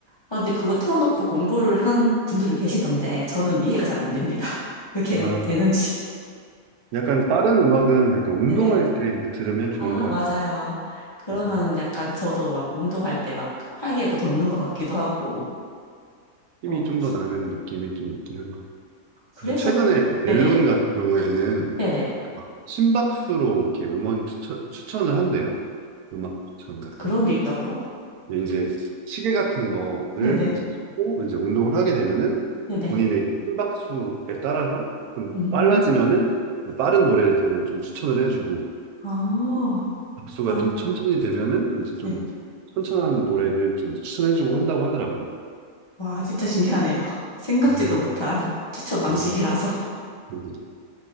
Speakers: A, on the left (about 40°); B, on the right (about 80°).
A: 아, 근데 그거 틀어놓고 공부를 하는 분들도 계시던데 저는 이해가 잘 안 됩니다. <laughs> 그렇게
B: 아,
A: 되는지.
B: 약간 빠른 음악은 약간 운동할
A: 네네.
B: 때 이제 들으면 좋은
A: 아,
B: 것 같아요.
A: 맞아요. 그러면
B: 음,
A: 약간 저도 막 운동할 때 막 활기가 더 돋는 것 같기도 하고.
B: 힘이
A: 어,
B: 좀
A: 그쵸.
B: 더 나는 느낌이 좀 있긴 는
A: 그래서
B: 그래서 최근에 멜론
A: 네네네.
B: 같은 경우에는
A: 네네.
B: 그 심박수로 이렇게 음원 추천, 추천을 한대요. 음악 추천 같은
A: 그런
B: 거를.
A: 게 있다고요?
B: 근데 이제 시계 같은 거를
A: 네네.
B: 이제 차고 이제 운동을 하게 되면은
A: 네네.
B: 본인의 심박수에 따라서 좀
A: 음.
B: 빨라지면은 이제 빠른
A: 네.
B: 노래들을 좀 추천을 해주고
A: 아,
B: 박수가
A: 아,
B: 좀 천천히 되면은 이제 좀
A: 네.
B: 천천한 노래를 좀 추천해주고 한다고 하더라고요.
A: 와, 진짜 신기하네요. <laughs> 생각지도
B: 네.
A: 못한 추천 방식이라서.
B: 네. 이제